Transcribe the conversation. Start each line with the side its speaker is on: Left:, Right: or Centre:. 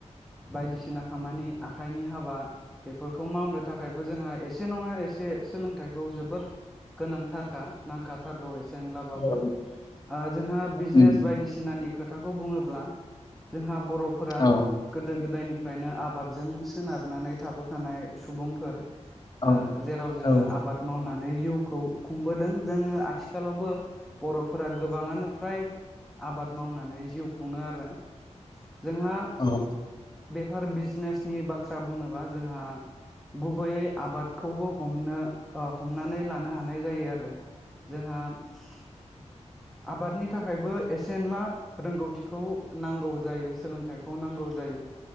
Centre: बायदिसिना खामानि आखाइनि हाबा । बेफोरखौ मावनो थाखायबो जोंहा एसे नङा एसे सोलोंथाइखौ जोबोर <inaudible> बाय
Left: औ
Centre: आंहा
Left: उम
Centre: जिखुनु खामानि
Left: औ
Centre: <inaudible> <inaudible>
Left: औ
Centre: <unintelligible>
Left: औ
Centre: <unintelligible> <unintelligible> फ्राय नो आंबादि जों सोनार नानै थाबो खानाय सुबुंफोर,
Left: औ
Centre: फ्राय नो आबाद जों सोनार नानै थाबो खानाय सुबुंफोर, खौ खुंबोदों जोंनो आथिखालावबो बर फीरा गोबांआनो फ्राय
Left: आबाद मावनानै जिव खुंओ आरो जोंहा,,
Centre: बेफार बिजिनेसनि बाथ्रा बुंनोब्ला जोंहा,, बेफार बिजिनेसनि बाथ्रा बुंनोब्ला